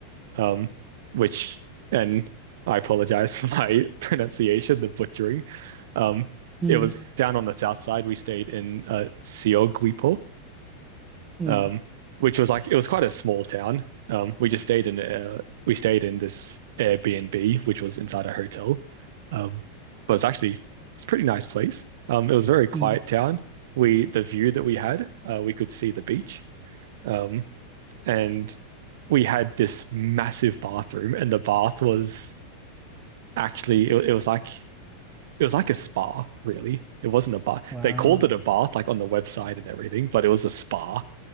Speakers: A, on the right; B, on the right.
A: um, which, and I apologize for my <laughs> pronunciation, the butchering. Um,
B: mm,
A: it was down on the south side. We stayed in uh, Siogwipo,
B: mm,
A: um, which was like it was quite a small town. Um, we just stayed in uh, we stayed in this Airbnb, which was inside a hotel. Um, but it's actually it's a pretty nice place. Um, it was a very quiet
B: mm.
A: town. We the view that we had, uh, we could see the beach. Um, and we had this massive bathroom, and the bath was actually it, it was like it was like a spa, really. It wasn't a bath.
B: Wow.
A: They called it a bath, like on the website and everything, but it was a spa.